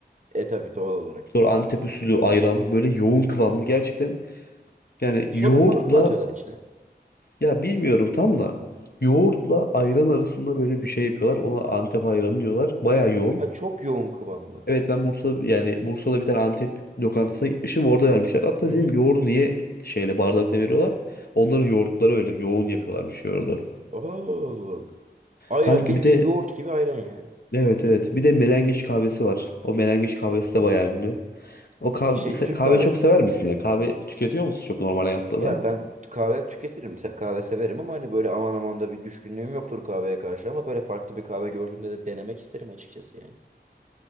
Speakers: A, on the right; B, on the left.
A: E tabii doğal olarak.
B: Sonra Antep usulü ayran böyle yoğun kıvamlı gerçekten. Yani
A: Soda
B: yoğurtla
A: falan mı atıyorlar içine?
B: ya bilmiyorum tam da yoğurtla ayran arasında böyle bir şey yapıyorlar. Ona Antep ayranı diyorlar. Baya yoğun.
A: Ha çok yoğun kıvamlı.
B: Evet ben Bursa'da yani Bursa'da bir tane Antep lokantasına gitmişim orada vermişler. Hatta
A: Hı
B: dedim
A: hı.
B: yoğurdu niye şeyle bardakla veriyorlar? Onların yoğurtları öyle yoğun yapıyorlarmış yoğurdu.
A: Oo. Ayran
B: Kanka
A: bildiğin
B: bir de
A: yoğurt gibi ayran yani.
B: evet evet bir de melengiç kahvesi var. O melengiç kahvesi de bayağı ünlü. O kahve,
A: Şey
B: se-
A: Türk
B: kahve
A: kahvesi.
B: çok sever misin ya? Kahve tüketiyor musun çok normal hayatta
A: Ya
B: da?
A: ben kahve tüketirim. se- Kahve severim ama hani böyle aman aman da bir düşkünlüğüm yoktur kahveye karşı ama böyle farklı bir kahve gördüğümde de denemek isterim açıkçası yani.